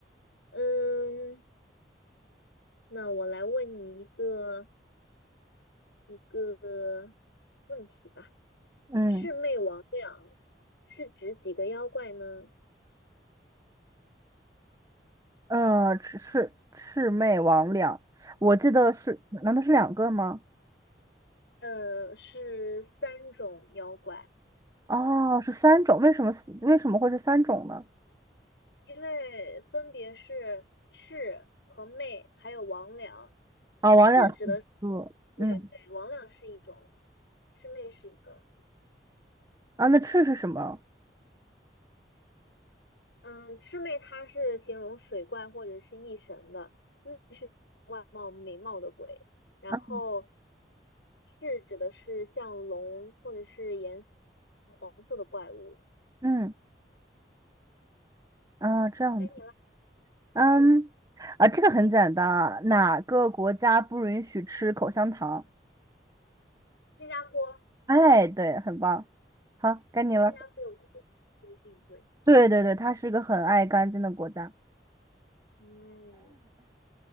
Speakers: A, on the left (about 75°); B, on the right (about 20°).
A: 嗯，那我来问你一个一个问题吧。
B: 嗯，
A: 魑魅魍魉是指几个妖怪呢？
B: 呃，魑魑魑魅魍魉，我记得是，难道是两个吗？
A: 呃，是三种妖怪，
B: 哦，是三种，为什么四为什么会是三种呢？
A: 因为分别是魑和魅，还有魍魉。
B: 啊、哦王两是一个，
A: 魑指的是对对，
B: 嗯，
A: 魍魉是一种，魑魅是一个。
B: 啊，那赤是什么？
A: 嗯，魑魅它是形容水怪或者是异神的，魅是貌美貌的鬼，然后
B: 啊，
A: 魑指的是像龙或者是颜色黄色的怪物。
B: 嗯，啊，这样子，
A: 该你了。
B: 嗯，啊，这个很简单啊，哪个国家不允许吃口香糖？
A: 新加坡，
B: 哎，对，很棒，好，该你了。
A: 对，新加坡有这个规定，对。
B: 对对对，它是一个很爱干净的国家。
A: 嗯，